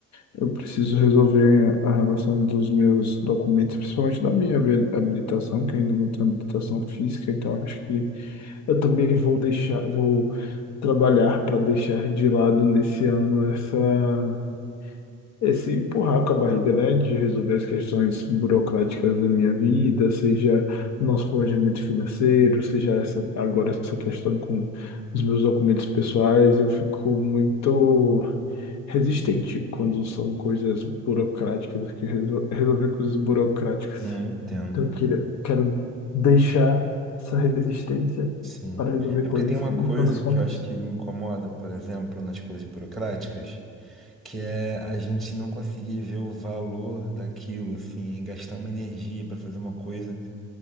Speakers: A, on the left; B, in the centre.
A: Eu preciso resolver a relação dos meus documentos, principalmente da minha habi- habilitação, que eu ainda não tenho habilitação física, então acho que eu também vou deixar, vou trabalhar para deixar de lado nesse ano essa, esse empurrar com a barriga, né, de resolver as questões burocráticas da minha vida, seja nosso planejamento financeiro, seja essa, agora essa questão com os meus documentos pessoais, eu fico muito resistente quando são coisas burocráticas, que resol- resolver coisas burocráticas.
B: Não, eu entendo.
A: Então eu queria, quero deixar essa resistência
B: Sim.
A: para resolver
B: É
A: coisas
B: porque tem uma
A: que, no
B: coisa
A: final das
B: que
A: contas,
B: eu acho que me incomoda, por exemplo, nas coisas burocráticas, que é a gente não conseguir ver o valor daquilo, assim, em gastar uma energia para fazer uma coisa